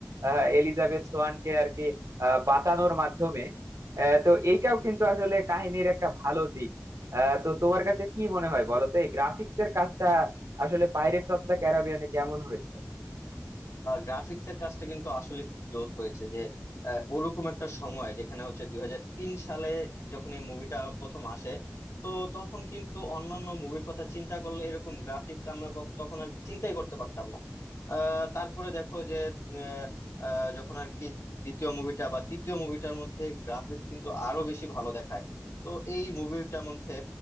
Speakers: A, on the right (about 80°); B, on the left (about 70°).
A: আহ, এলিজাবেথ সোয়ানকে আর কি আহ, বাঁচানোর মাধ্যমে আহ, তো এইটাও কিন্তু আসলে কাহিনীর একটা ভালো দিক আহ, তো তোমার কাছে কি মনে হয় বলো তো এই গ্রাফিক্স এর কাজটা আসলে পাইরেটস অফ দ্য ক্যারিবিয়ানে কেমন হয়েছে
B: গ্রাফিক্স এর কাজটা কিন্তু আসলে খুব জোস হয়েছে যে আহ, ওরকম একটা সময় যেখানে হচ্ছে দুই হাজার তিন সালে যখন এই মুভিটা প্রথম আসে তো তখন কিন্তু অন্যান্য মুভির কথা চিন্তা করলে এরকম গ্রাফিক্স আমরা কখ- তখন আর কি চিন্তাই করতে পারতাম না আহ, তারপরে দেখো যে আহ, আহ, যখন আর কি দ্বিতীয় মুভিটা বা তৃতীয় মুভিটার মধ্যে গ্রাফিক্স কিন্তু আরো বেশি ভালো দেখায় তো এই মুভিটার মধ্যে